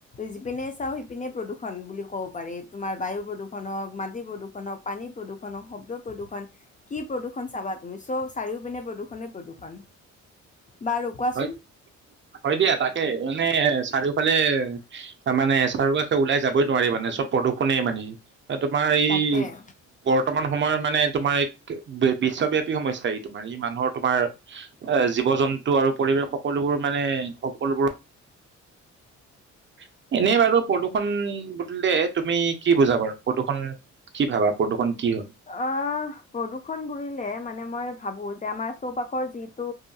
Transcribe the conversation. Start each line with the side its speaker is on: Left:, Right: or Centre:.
Left: যিপিনেই চাও সিপিনে প্ৰদূষণ বুলি ক'ব পাৰি তোমাৰ বায়ু প্ৰদূষণ হওক মাটি প্ৰদূষণ হওক পানী প্ৰদূষণ হওক স শব্দ প্ৰদূষণ কি প্ৰদূষণ চাবা তুমি চ চাৰিও পিনে প্ৰদূষণে প্ৰদূষণ বাৰু কোৱাচোন
Right: হয় হয় দিয়া তাকে মানে এ চাৰিওফালে মানে চাৰিও কাষে ওলাই যাবই নোৱাৰি মানে চব প্ৰদূষণে মানে। তোমাৰ এই
Left: তাকে
Right: বৰ্তমান সময়ৰ মানে তোমাৰ এক বিশ্বব্যাপী সমস্যা ই তোমাৰ ই মানুহৰ তোমাৰ জীৱ জন্তু ন্তু আৰু পৰিৱেশ সকলোবোৰ মানে সকলোবোৰ <inaudible> এনেই বাৰু প্ৰদূষণ বুলিলে তুমি কি বুজা বাৰু, প্ৰদূষণ, কি ভাবা প্ৰদূষণ? কি হয়
Left: অ', প্ৰদূষণ বুলিলে মানে মই ভাবো যে আমাৰ চৌপাশৰ যিটো